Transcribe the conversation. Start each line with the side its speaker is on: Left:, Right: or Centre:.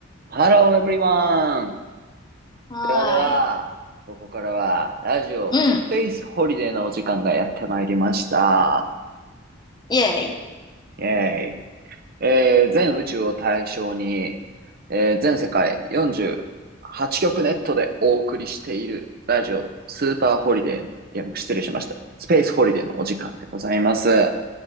Right: ハロー、エムリマン。
Left: はーい。
Right: ではでは、ここからは、ラジオスペースホリデーのお時間がやってまいりました。
Left: うん。イェイ。
Right: イェーイ。えー全宇宙を対象に、えー全世界48局ネットでお送りしているラジオスーパーホリデー、いや、失礼しました。スペースホリデーのお時間でございます。